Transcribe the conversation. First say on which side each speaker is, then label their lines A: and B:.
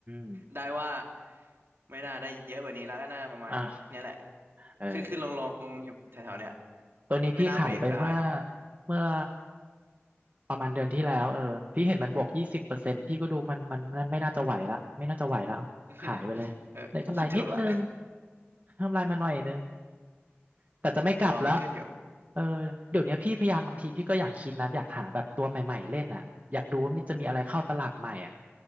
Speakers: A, on the right (about 40°); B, on the right (about 60°).
A: ม
B: ได้ว่าไม่น่าได้เยอะกว่านี้แล้วก็น่าประมาณเนี้ยแหละ
A: อ่ะเออ
B: ขึ้นขึ้นลงลงอยู่แถวๆเนี้ย
A: ตัวนี้พี่ขายไปเปมื่อ
B: ไม่น่าเบรกได้
A: เมื่อประมาณเดือนที่แล้วเออพี่เห็นมันบวกยี่สิบเปอร์เซ็นต์พี่ก็ดูมันมันมันไม่น่าจะไหวละไม่น่าจะไหวแล้วขายไปเลยได้กำไรนิดนึง
B: <laughs> เออคิดถูกละ
A: กำไรมาหน่อยนึงแต่จะไม่กลับแล้ว
B: <laughs> ผมรอมันขึ้นอยู่
A: เออเดี๋ยวเนี้ยพี่พยายามบางทีพี่ก็อยากคิดนะอยากหาแบบตัวใหม่ๆเล่นอ่ะอยากดูว่ามันจะมีอะไรเข้าตลาดใหม่อ่ะ